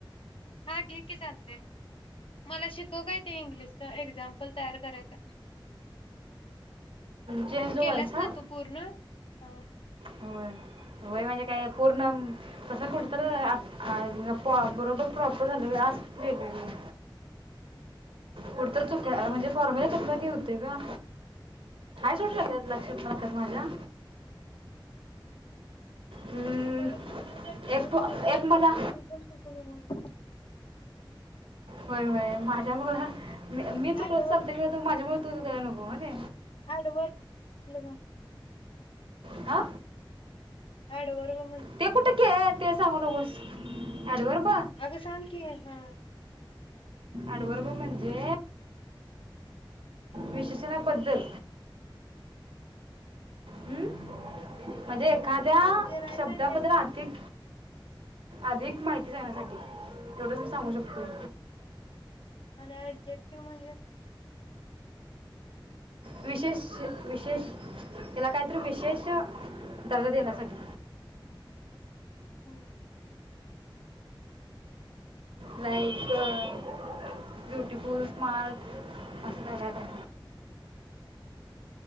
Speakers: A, on the left; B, on the right.
A: हा घे की चालतयं मला शिकव काय ते इंग्लिशचं एक्झामपल तयार करायच.
B: चेंज द वॉईस
A: केल्यास
B: हां
A: ना तू पूर्ण. हा.
B: होय होय म्हणजे काय पूर्ण कस खोलू? तर अ आ बरोबर प्रॉपर झालं व्हय असत्यांत वेगळ वेगळी पुढं तर चुका अ म्हणजे फॉर्म्युला चूकला की हुतय गं सोड लगेच लक्ष्यात नसत्यात माझ्या हम्म,
A: तर माझं काय चूकवू
B: एक
A: नकोस
B: एक मला
A: आणि तू पण चुकू नकोस.
B: होय होय माझ्या मुळ मी मी चुकलं
A: ऍड
B: तर
A: वर
B: चालतंय खर माझ्यामुळे तू चुकायला नको व्हनी
A: ऍड वर
B: आ.
A: एडवर्ब.
B: ते कुठं केलं? ते सांगू नगोस. एडवर्ब.
A: अगं सांग की हा.
B: एडवर्ब म्हणजे विशेषणाबद्दल हम्म म्हणजे एखाद्या
A: जे राईट
B: शब्दाबद्दल
A: आहे तेच सांग
B: अधिक अधिक माहिती सांगण्यासाठी, तेवढच मी सांगू शकतोय.
A: आणि अडजेक्टिव म्हणजे
B: विशेष विशेष याला काहीतरी विशेष दर्जा देण्यासाठी.
A: हम्म.
B: लाईक ब्युटिफूल स्मार्ट असं का